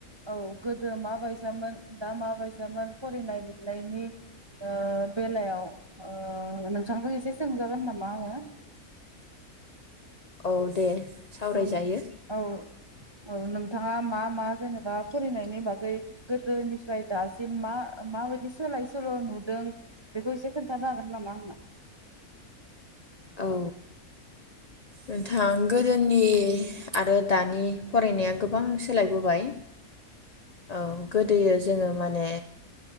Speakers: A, on the right (about 25°); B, on the left (about 50°).
A: औ गोदो माबायसामोन दा माबायसामोन फरायनाय लिरनायनि ओ बेलायाव ओ नोंथांजों एसे सोंजागोन नामा आङो
B: औ दे सावरायजायो
A: नं औ औ नोंथाङा मा मा जेनेबा फरायनायनि बागै गोदोनिफ्राय दासिम मा माबायदि सोलाय सोल' नुदों बेखौ एसे खोन्थानो हागोन नामा आंनो
B: औ नोंथां गोदोनि आरो दानि फरायनाया गोबां सोलायबोबाय औ गोदोयो जोङो माने